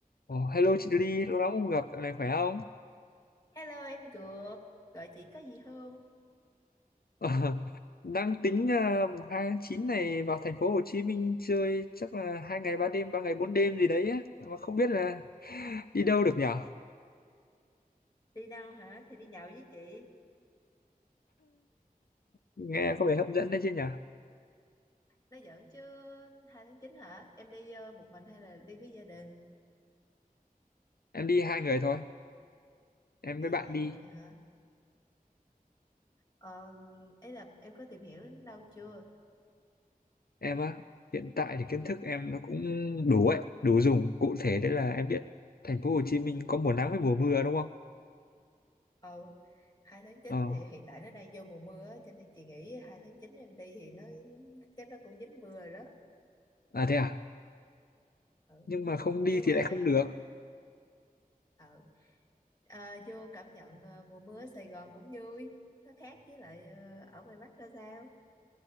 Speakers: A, on the left; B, on the left.
A: Ồ, hello chị Ly, lâu lắm không gặp, dạo này khỏe không?
B: Hello em Cược, gọi chị có gì không?
A: <laughs> đang tính uh, mùng 2 tháng 9 này vào thành phố Hồ Chí Minh chơi chắc là hai ngày ba đêm, ba ngày bốn đêm gì đấy á. Mà không biết là đi đâu được nhở?
B: Đi đâu hả? Thì đi nhậu với chị.
A: Nghe có vẻ hấp dẫn đấy chứ nhở?
B: Nói giỡn chứ 2 tháng 9 hả? Em đi ờ, một mình hay là đi với gia đình?
A: Em đi hai người thôi, em
B: Đi
A: với bạn
B: hai
A: đi.
B: người hả? Ờ, ấy là em có tìm hiểu đến đâu chưa?
A: Em á, hiện tại thì kiến thức em nó cũng đủ ấy, đủ dùng. Cụ thể đấy là em biết thành phố Hồ Chí Minh có mùa nắng với mùa mưa đúng không?
B: Ờ, 2 tháng chín
A: Ờ,
B: thì hiện tại nó đang vô mùa mưa á, cho nên chị nghĩ 2 tháng 9 em đi thì nó chắc nó cũng dính mưa rồi đó.
A: à thế à?
B: Ừ.
A: Nhưng mà không đi
B: Nhưng mà
A: thì lại không được.
B: ờ, ờ, vô cảm nhận ờ, mùa mưa ở Sài Gòn cũng vui. Nó khác với lại ờ, ở ngoài Bắc ra sao?